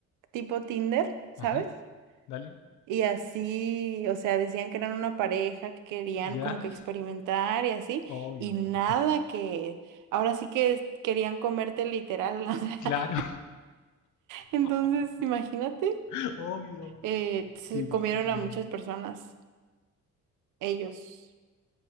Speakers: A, on the right; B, on the left.
A: tipo Tinder, ¿sabes?
B: Ajá, dale.
A: Y así, o sea, decían que eran una pareja que querían
B: Ya.
A: como que experimentar y así
B: Obvio,
A: y nada
B: po. <laughs>
A: que ahora sí que querían comerte literal, <laughs> o sea,
B: Claro.
A: entonces
B: <laughs>
A: imagínate
B: Obvio.
A: eh, se
B: Qué brígido.
A: comieron a muchas personas ellos.